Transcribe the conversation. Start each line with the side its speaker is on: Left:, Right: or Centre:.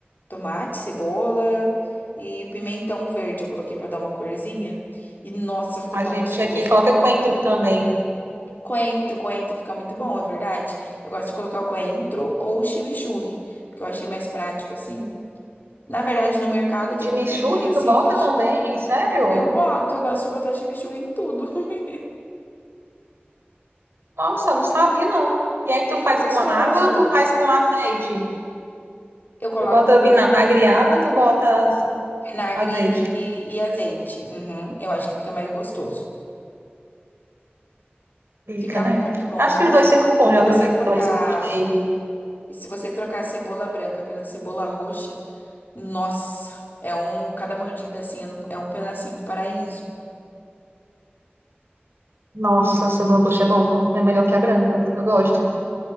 Left: Tomate, cebola e pimentão verde eu coloquei pra dar uma corzinha. E nossa, ficou
Right: A
Left: tão
Right: gente
Left: gostoso.
Right: aqui coloca coentro também.
Left: Coentro, coentro fica muito bom, é verdade. Eu gosto de colocar o coentro ou o chimichurri, que eu achei mais prático assim. Na verdade, no mercado tem
Right: Chimichurri,
Left: um tempero assim
Right: tu bota
Left: que ch-
Right: também? Sério?
Left: eu boto, eu gosto de botar chimichurri em tudo. <laughs>
Right: Nossa, não sabia não. E aí tu
Left: Fica
Right: faz
Left: gostoso.
Right: com água ou tu faz com azeite?
Left: Eu coloco
Right: Tu bota vinagre e água ou tu bota az-
Left: Vinagre
Right: azeite?
Left: e, e azeite. Uhum. Eu acho que fica mais gostoso.
Right: Fica,
Left: Fica
Right: né?
Left: muito bom,
Right: Acho
Left: muito
Right: que os
Left: bom.
Right: dois ficam bons,
Left: E se
Right: já
Left: você
Right: provei os
Left: trocar,
Right: dois, gostei.
Left: e se você trocar a cebola branca pela cebola roxa, nossa, é um, cada mordida assim é no- é um pedacinho do paraíso.
Right: Nossa, cebola roxa é bom, viu? É melhor que a branca, eu gosto.